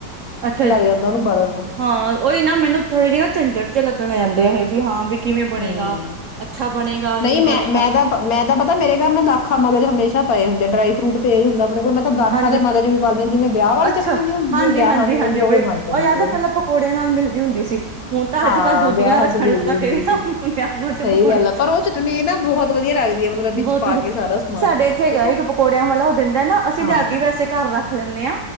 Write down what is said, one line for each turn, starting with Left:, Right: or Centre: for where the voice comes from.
Right: ਅੱਛਾ,
Left: ਜਾਂਦਾ ਉਹਨੂੰ ਬਣਨ ਨੂੰ
Right: ਹਾਂ ਉਹੀ ਨਾ ਮੈਨੂੰ ਥੋੜੇ ਜਿਹੇ ਨਾ ਝੰਜਟ ਜਾ ਲੱਗਣ ਲੱਗ ਜਾਂਦਾ। ਇਹ ਵੀ ਹਾਂ ਵੀ ਕਿਵੇਂ ਬਣੇਗਾ
Left: ਹੂੰ
Right: ਅੱਛਾ ਬਣੇਗਾ
Left: ਨਹੀਂ ਮੈਂ
Right: ਬਣੇਗਾ
Left: ਮੈਂ ਤਾਂ ਮੈਂ ਤਾਂ ਪਤਾ ਮੇਰੇ ਘਰ ਨਾ ਦਾਖਾ ਮਗਜ ਹਮੇਸ਼ਾ ਪਏ ਹੁੰਦੇ ਡਰਾਈ ਫਰੂਟ ਪਏ ਹੀ ਹੁੰਦਾ ਆਪਣੇ ਹੋਰ ਮੈਂ ਤਾਂ ਦਾਖਾ
Right: ਹਾਂਜੀ
Left: ਦੇ ਮਗਜ ਵੀ ਪਾ ਲਵਾਂ ਜਿਵੇਂ ਵਿਆਹ ਵਾਲੀ
Right: ਅੱਛਾ,
Left: ਚਟਣੀ ਨਹੀਂ ਹੁੰਦੀ
Right: ਹਾਂਜੀ,
Left: ਜਿਵੇਂ ਵਿਆਹਾਂ
Right: ਹਾਂਜੀ,
Left: 'ਚ ਮਿਲਦੀ
Right: ਹਾਂਜੀ ਉਹ
Left: ਉਵੇਂ
Right: ਬੜੀ
Left: ਬਣ ਜਾਂਦੀ
Right: ਉਹ ਯਾਦ
Left: ਆ
Right: ਹੈ ਪਹਿਲਾਂ ਪਕੌੜਿਆਂ ਨਾਲ ਮਿਲਦੀ ਹੁੰਦੀ ਸੀ, ਹੁਣ ਤਾਂ
Left: ਹਾਂ
Right: ਅੱਜ-ਕੱਲ੍ਹ ਦੂਜੀਆਂ
Left: ਵਿਆਹਾਂ
Right: ਰੱਖਣ
Left: 'ਚ ਮਿਲਦੀ
Right: ਲੱਗ
Left: ਹੁੰਦੀ
Right: ਗਏ
Left: ਸੀ
Right: ਆ। ਵਿਆਵਾਂ ਚ
Left: ਸਹੀ
Right: ਪਕੌੜੇ,
Left: ਗੱਲ ਆ ਪਰ ਉਹ ਚਟਨੀ ਨਾ ਬਹੁਤ ਵਧੀਆ ਲੱਗਦੀ ਆ ਮਤਲਬ ਵਿੱਚ
Right: ਬਹੁਤ
Left: ਪਾ
Right: ਵਧੀਆ
Left: ਕੇ ਸਾਰਾ ਸਮਾਨ
Right: ਸਾਡੇ ਇੱਥੇ
Left: ਠੀਕ ਹੈ
Right: ਇੱਕ ਪਕੌੜਿਆਂ ਵਾਲਾ ਉਹ ਦਿੰਦਾ ਨਾ ਅਸੀਂ
Left: ਹਾਂ
Right: ਲਿਆ ਕੇ ਈ ਵੈਸੇ ਘਰ ਰੱਖ ਰੱਖ ਲੈਨੇ ਆ।